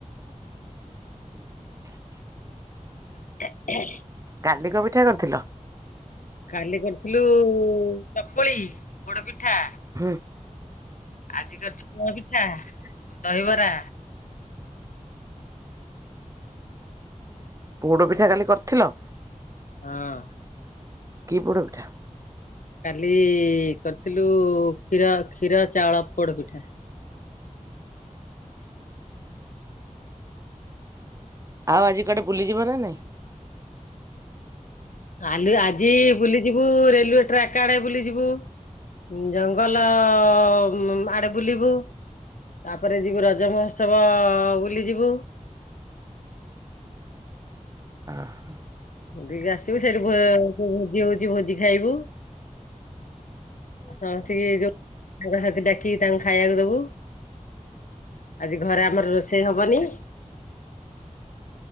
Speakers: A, on the right (about 25°); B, on the left (about 80°).
A: <inaudible>
B: <inaudible>
A: କାଲିି କୋଉ ପିଠା କରିଥିଲ।
B: କାଲି କରିଥିଲୁ ଚକୁଳି ପୋଡ ପିଠା
A: ହୁଁ।
B: ଆଜି କରିଛି ପୁଅ ପିଠା ଦହିବରା।
A: <inaudible> ପୋଡ ପିଠା କାଲି କରିଥିଲ?
B: ହଁ।
A: କି ପୋଡ଼ ପିଠା?
B: କାଲି କରିଥିଲୁ କ୍ଷୀର କ୍ଷୀର ଚାଉଳ ପୋଡ ପିଠା।
A: ଆଉ ଆଜି କୁଆଡେ ବୁଲିଯିବ ନା ନାଇଁ?
B: ଆଲି ଆଜି ବୁଲିଯିବୁ ରେଲୱେ ଟ୍ରାକ୍ ଆଡେ ବୁଲିଯିବୁ। ଉଁ ଜଙ୍ଗଲ ମ ଆଡେ ବୁଲିବୁ। ତାପରେ ଯିବୁ ରଜ ମହୋତ୍ସବ ବୁଲି ଯିବୁ।
A: ଆଁ।
B: ଲିକି ଆସିବୁ ସେଠି ଭୋ ଭୋ ଭୋଜି ହୋଉଚି ଭୋଜି ଖାଇବୁ। ସମସ୍ତିଙ୍କି ଯୋଉ ସାଙ୍କସାଥି ଡାକିକି ତାଙ୍କୁ ଖାଇବାକୁ ଦବୁ। ଆଜି ଘରେ ଆମର ରୋଷେଇ ହବନି?